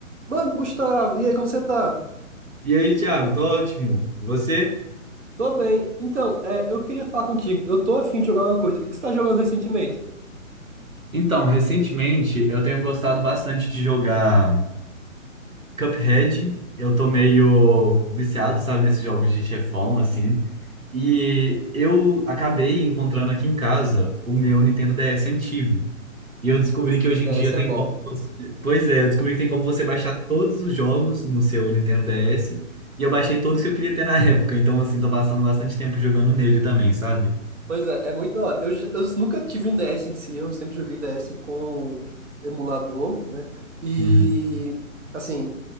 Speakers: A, on the right; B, on the right.
A: Mano, Gustavo, e aí, como você tá?
B: E aí, Thiago, tô ótimo. E Você?
A: Tô bem. Então, é, eu queria falar contigo. Eu tô afim de jogar uma coisa. O que que você tá jogando recentemente?
B: Então, recentemente eu tenho gostado bastante de jogar Cuphead. Eu tô meio viciado, sabe, nesses jogos de chefão, assim. E eu acabei encontrando aqui em casa o meu Nintendo DS antigo. E eu descobri que hoje em
A: É,
B: dia
A: esse
B: tem
A: é bom.
B: como você... Pois é, eu descobri que tem como você baixar todos os jogos no seu Nintendo DS. E eu baixei todos que eu queria ter na <laughs> época. Então, assim, tô passando bastante tempo jogando nele também, sabe?
A: Pois é, é muito da hora. Eu, ju- eu nunca tive um DS em si, eu sempre joguei DS com emulador, né? E,
B: Uhum.
A: assim,